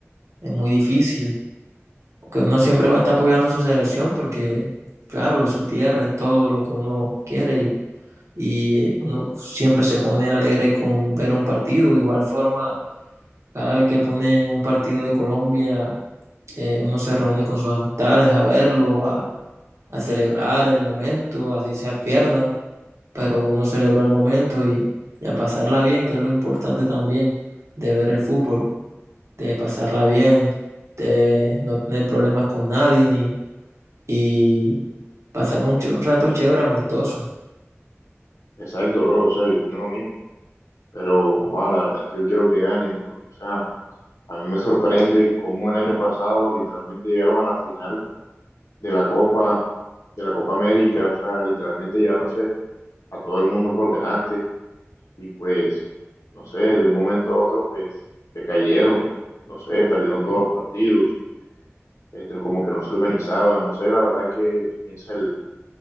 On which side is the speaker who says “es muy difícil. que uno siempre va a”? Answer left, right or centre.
Right